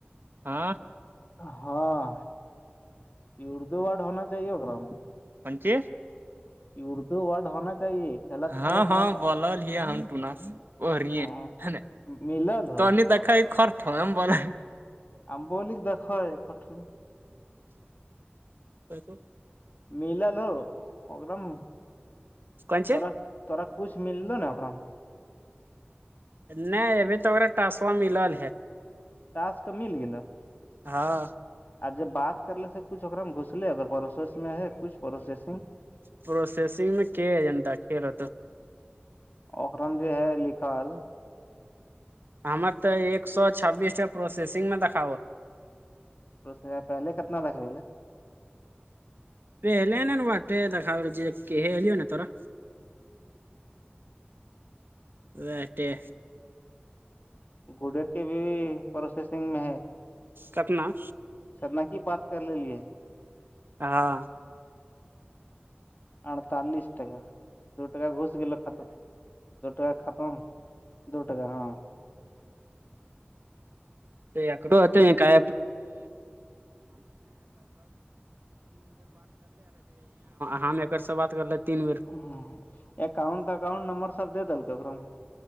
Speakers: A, on the right; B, on the left.
A: ہاں
B: ہاں اردو ورڈ ہونا چاہیے اکا میں
A: پنچی
B: اردو ورڈ ہونا چاہیے غلط
A: ہاں
B: غلط
A: ہاں
B: نہ بولنا
A: بول ہی ہم پٹناس وہ رہی
B: ہاں
A: ہے ہے نا
B: ملل ہو
A: تو نہیں دیکھا خرٹ ہوم بول
B: امبولک دھو کٹون
A: بال کو
B: ملا لو ا دم
A: کونچ
B: تورا تورا کچھ مللو نا اام میں
A: نہیں ابھی تو اا ٹاسوا ملل ہے
B: تاس کا مل گ
A: ہاں
B: آ جوب بات کرلے سے کچھ اا گھسلے اگر پروس میں ہے کچھ پروسسنگ
A: پروسسنگ میں کیا ہے ج کھیلو تو
B: اکرم جو ہے لکھل
A: ہمر تو ایک سو چھبیس ٹ پروسیسگ میں دکھاو
B: پ پہلے کتنا دکھوی لے
A: پہل ناٹے د خا ج ل ہو ن ترا وٹے
B: گوڈر کے بھی پروسیسنگ میں ہے
A: کتنا
B: سرنا کی بات کر لی ہے
A: ہاں
B: اڑتالیس ٹکا دو ٹکا گھس گو ختم دو ٹکا ختم دو ٹکا ہاں
A: ا ا کررو تو ک <unintelligible> ہم ایکر سے بات کر رہے تین بیر
B: ہ اکاؤنٹ اکاؤنٹ نمبر سب دے دلک اا میں